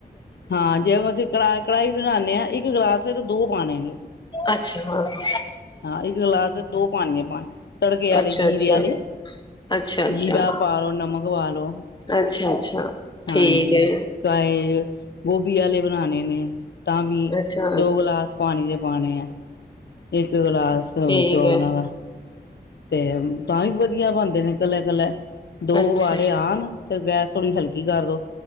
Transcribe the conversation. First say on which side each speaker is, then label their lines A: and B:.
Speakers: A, on the left; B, on the left.
A: ਹਾਂ ਜੇ ਅਸੀਂ ਕ ਕੜਾਹੀ ਬਣਾਉਦੇ ਹਾਂ ਇੱਕ ਗਲਾਸ ਤੇ ਦੋ ਪਾਣੇ ਨੇ
B: ਅੱਛਾ ਹਾਂ ਹਾਂ
A: ਹਾਂ ਇੱਕ ਗਲਾਸ ਦੋ ਪਾਣੀ ਹੈ ਪਾਣੀ ਤੜਕੇ ਵਾਲੇ
B: ਅੱਛਾ-ਅੱਛਾ,
A: ਜੀਰੇ ਵਾਲੇ
B: ਅੱਛਾ-ਅੱਛਾ,
A: ਜੀਰਾ ਪਾੋ ਨਮਕ ਅਗਵਾ ਲੋ
B: ਅੱਛਾ-ਅੱਛਾ ਠੀਕ
A: ਹਾਂਜੀ
B: ਏ।
A: ਤਾਂ ਇਹ ਗੋਭੀ ਵਾਲੇ ਬਣਾਉਣੇ ਨੇ ਤਾਂ ਵੀ
B: ਅੱਛਾ-ਅੱਛਾ
A: ਦੋ ਗਲਾਸ ਪਾਣੀ ਦੇ ਵਣੇ ਆ ਇੱਕ ਗਲਾਸ ਹੋਵੇ
B: ਠੀਕ
A: ਚੋਵਲਾਂ
B: ਐ
A: ਦਾ ਤੇ ਤਾਂ ਹੀ ਵਧੀਆ ਬਣਦੇ ਨੇ ਇਕੱਲਾ ਇਕੱਲਾ। ਦੋ
B: ਅੱਛਾ-ਅੱਛਾ।
A: ਵਾਲੇ ਆਉਣ ਤੇ ਗੈਸ ਥੋੜ੍ਹੀ ਹਲਕੀ ਕਰ ਦੋ।